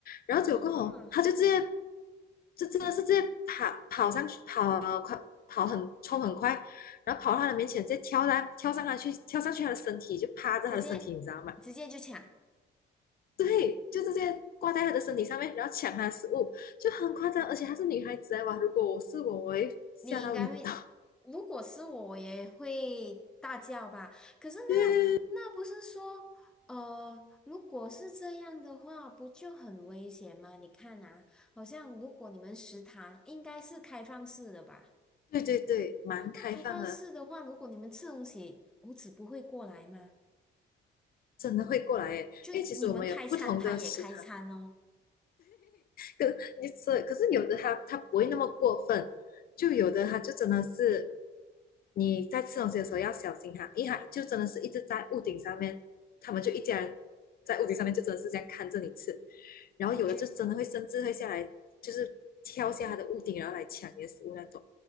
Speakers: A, on the left; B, in the centre.
A: 然后结果过后他就直接
B: 啊，
A: 就真的是直接跑跑上去跑快跑很冲很快，然后跑到他的面前，直接跳上跳上他去跳上去他的身体，就趴着他的身体，
B: 直接
A: 你知道吗？
B: 直接就抢，
A: <laughs> 对，就直接挂在他的身体上面，然后抢他的食物，就很夸张。而且她是女孩子啊，哇！如果我是我，我会吓到晕倒。
B: 你应该会。如果是我，我也会大叫吧。可是那那不是说，
A: <laughs> 对
B: 呃，如果是这样的话，不就很危险吗？你看啊，好像如果你们食堂应该是开放式的吧？
A: 对对对，蛮开放的，
B: 那开放式的话，如果你们吃东西，猴子不会过来吗？
A: 真的会过来哎。
B: 就你们开餐，
A: 因为其实我们有不同的食堂
B: 他也开餐哦。
A: 对可你所可是有的它它不会那么过分，就有的它就真的是你在吃东西的时候要小心它，因为它就真的是一直在屋顶上面，
B: 嗯，
A: 他们就一家人在屋顶上面就真的是这样看着你吃，然后有的就真的会甚至会下来，
B: 我觉得
A: 就是跳下它的屋顶然后来抢你的食物那种，